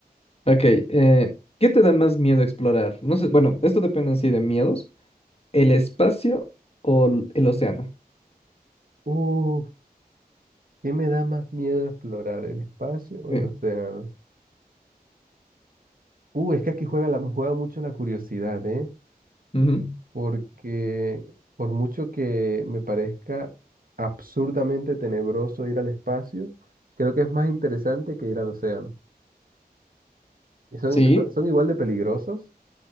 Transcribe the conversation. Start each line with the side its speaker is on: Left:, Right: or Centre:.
Left: Ok. eh, ¿qué te da más miedo explorar? No sé, bueno, esto depende en sí de miedos. ¿El espacio o l- el océano?
Right: Uh, ¿qué me da más miedo explorar, el espacio o
Left: Sí.
Right: el océano? Uh, es que aquí juega, la, juega mucho la curiosidad, ¿eh?
Left: Ujú.
Right: porque por mucho que me parezca absurdamente tenebroso ir al espacio, creo que es más interesante que ir al océano. Y son,
Left: Sí,
Right: son- son igual de peligrosos,